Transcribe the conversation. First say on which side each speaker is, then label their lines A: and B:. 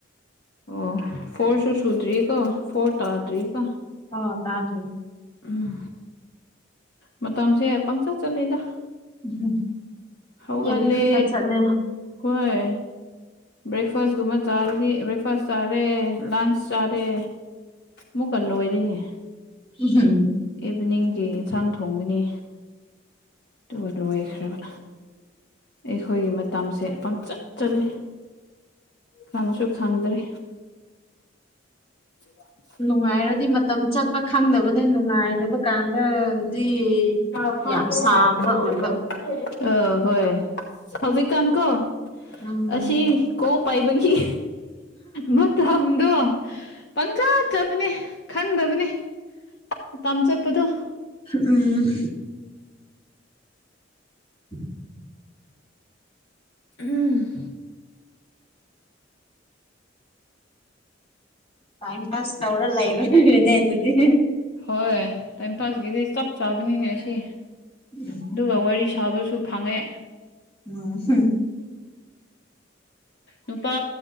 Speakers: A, on the left (about 65°); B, on the left (about 30°).
A: ꯑꯣ ꯐꯣꯔꯁꯨꯨ ꯁꯨꯗ꯭ꯔꯤ ꯀꯣ ꯐꯣꯔ ꯇꯗ꯭ꯔꯤ ꯀ
B: ꯑꯥ ꯇꯥꯗ꯭ꯔꯤ
A: ꯎꯝ ꯃꯇꯝꯁꯦ ꯄꯪꯆꯠ ꯆꯠꯂꯤꯗ
B: ꯎꯝ.
A: ꯍꯥꯎꯒꯠꯂꯦ
B: ꯌꯥꯝ ꯊꯨꯅ ꯆꯠꯂꯦ
A: ꯍꯣꯏ ꯕ꯭ꯔꯦꯛꯐꯥꯁꯀꯨꯝꯕ ꯆꯥ ꯕ꯭ꯔꯦꯛꯐꯥꯁ ꯆꯥꯔꯦ ꯂꯟꯆ ꯆꯥꯔꯦ ꯃꯨꯛꯀ ꯂꯣꯏꯔꯤꯅꯦ
B: ꯍꯝ
A: ꯏꯚꯤꯅꯤꯡꯒꯤ ꯌꯦꯟꯁꯥꯡ ꯊꯣꯡꯒꯅꯤ ꯑꯗꯨꯒ ꯂꯣꯏꯈ꯭ꯔꯕ ꯑꯩꯈꯣꯏꯒꯤ ꯃꯇꯝꯁꯦ ꯄꯪꯆꯠ ꯆꯠꯂꯤ ꯈꯪꯁꯨ ꯈꯪꯗ꯭꯭ꯔꯤ <inaudible>
B: ꯅꯨꯡꯉꯥꯏꯔꯗꯤ ꯃꯇꯝ ꯆꯠꯄ ꯈꯪꯗꯕꯅ ꯅꯨꯡꯉꯥꯏꯗꯕ ꯀꯥꯟꯗꯗꯤ
A: <unintelligible>
B: ꯌꯥꯝ ꯁꯥꯡꯕ ꯑꯣꯏꯕ
A: ꯑ ꯍꯣꯏ ꯍꯧꯖꯤꯛꯀꯥꯟ ꯀꯣ
B: ꯎꯝ
A: ꯑꯁꯤ ꯀꯣ ꯄꯥꯏꯕꯒꯤ ꯃꯇꯝꯗꯣ ꯄꯪꯆ ꯆꯕꯅꯦ ꯈꯪꯗꯕꯅꯦ ꯃꯇꯝ ꯆꯠꯄꯗꯣ
B: ꯎꯝ <inaudible>
A: ꯎꯝ
B: ꯇꯥꯏꯝ ꯄꯥꯁ ꯇꯧꯔ ꯂꯩꯔꯣꯏꯕꯅꯦ ꯑꯗꯨꯗꯤ
A: ꯍꯣꯏ ꯇꯥꯏꯝ ꯄꯥꯁꯀꯤꯗꯤ ꯆꯞ ꯆꯥꯕꯅꯤꯅꯦ ꯑꯁꯤ
B: ꯎꯝ
A: ꯑꯗꯨꯒ ꯋꯥꯔꯤ ꯁꯥꯕꯁꯨ ꯐꯪꯉꯦ
B: <unintelligible>
A: ꯅꯨꯄꯥ